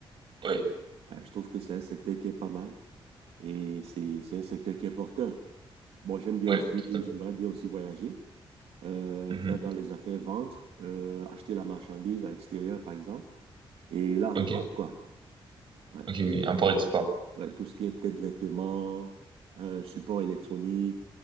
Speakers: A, on the right; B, on the right.
A: oui.
B: Ouais, je trouve que c'est un secteur qui est pas mal et c'est, c'est un secteur qui est porteur. Bon, j'aime bien
A: Ouais,
B: aussi,
A: tout à fait.
B: j'aimerais bien aussi voyager, euh,
A: Mhm.
B: faire dans les affaires, vendre, euh, acheter la marchandise à l'extérieur par exemple. Et la revente,
A: Ok,
B: quoi. Ouais.
A: ok, oui, import-export.
B: Ouais, tout ce qui est peut-être vêtements, euh, support électronique,